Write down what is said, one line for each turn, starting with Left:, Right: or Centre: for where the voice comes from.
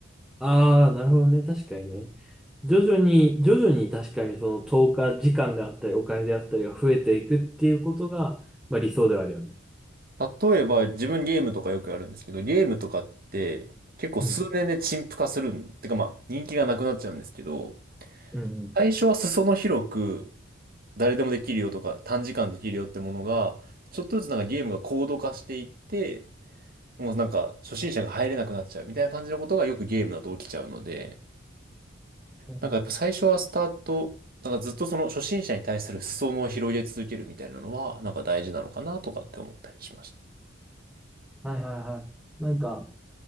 Centre: ああ、なるほどね。確かにね。徐々に、徐々に確かにその投下時間であったり、お金であったりが増えていくっていうことが、まあ理想ではあるよね。
Right: 例えば、自分ゲームとかよくやるんですけど、ゲームとかって結構数年で陳腐化するん、
Centre: うん、
Right: てかまあ人気がなくなっちゃうんですけど、
Centre: うん、
Right: 最初は裾野広く誰でもできるよとか短時間できるよってものが、ちょっとずつなんかゲームが高度化していって、もうなんか初心者が入れなくなっちゃうみたいな感じのことがよくゲームだと起きちゃうので、
Centre: うん。
Right: なんかやっぱ最初はスタート、なんかずっとその初心者に対する裾野を広げ続けるみたいなのは、なんか大事なのかなとかって思ったりしました。
Centre: はいはいはい。なんか、